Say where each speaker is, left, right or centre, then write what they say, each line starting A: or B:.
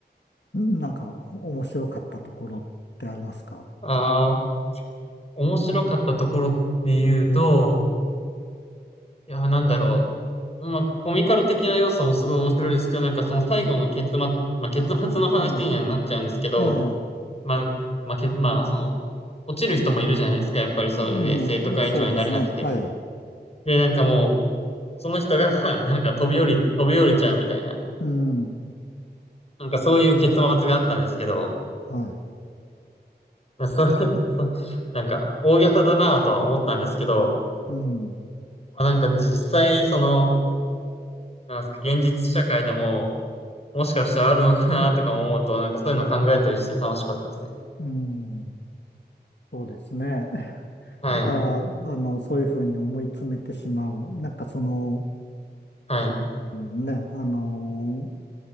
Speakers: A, on the left (about 80°); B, on the left (about 35°).
A: んなんか面白かったところってありますか
B: ああ、面白かったところで言うと、いや、なんだろう。まあ、コミカル的な要素もすごい面白いですけど、なんかその最後の結末、まあ、結末の話にはなっちゃうんですけど、
A: はい。ええ、
B: まあ、まあ、け、まあ、その、落ちる人もいるじゃないですか、やっぱりそれで生徒会長になれなくて。
A: もう、そうですね。はい。
B: で、なんかもう、その人が、<laughs> なんか飛び降り、飛び降りちゃうみたいな、
A: うん。
B: なんかそういう結末があったんですけど、
A: はい。
B: <laughs> それ、なんか大げさだなとは思ったんですけど、
A: うん。
B: なんか実際、その、なんすか、現実社会でも、もしかしたらあるのかなとか思うと、なんかそういうの考えたりして楽しかったですね。
A: うん。そうですね。<laughs>
B: はい、
A: なんから、あの、そういうふうに思い詰めてしまう。なんかその、
B: はい、
A: ね、あの